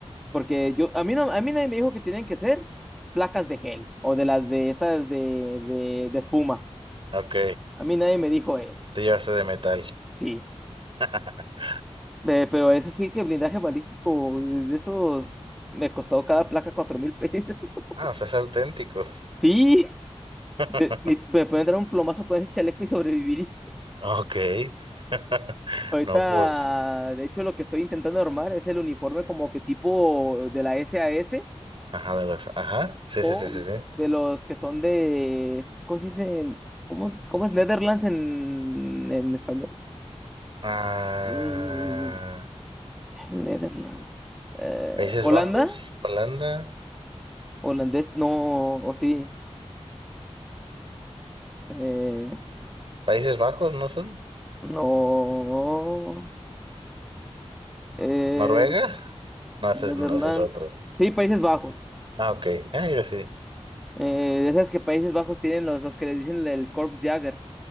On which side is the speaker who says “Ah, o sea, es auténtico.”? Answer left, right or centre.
Right